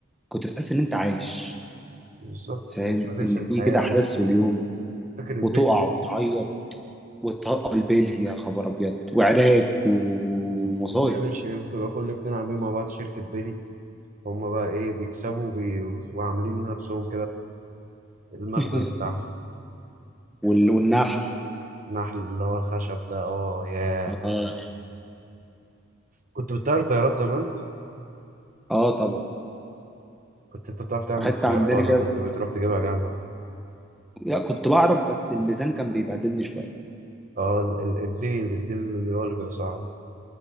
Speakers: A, in the centre; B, on the right (about 40°).
A: كنت بتحس ان انت عايش
B: بالظبط
A: فاهم
B: بتمارس
A: ان
B: الحياة
A: في كده احداث في اليوم
B: فكرة البلي
A: وتقع وتعيط وتقل بالي يا خبر ابيض وعراك ومصايب
B: نعمل شركة كل اتنين عاملين مع بعض شركة بلي هما بقى ايه بيكسبوا وبي- وعاملين لنفسهم المخزن
A: <laughs>
B: بتاعهم
A: وال- والنحل
B: النحل اللي هو الخشب ده اه ياه
A: اه
B: كنت بتطير طيارات زمان
A: اه طبعا
B: كنت انت بتعرف تعمل
A: حتى
B: طيارة
A: عندنا
B: ولا
A: كده
B: كنت بتروح تجيبها جاهزة
A: لا كنت بعرف بس الميزان كان بيبهدلني شويه
B: اه ال- ال- الديل الديل اللي هو اللي بيبقى صعب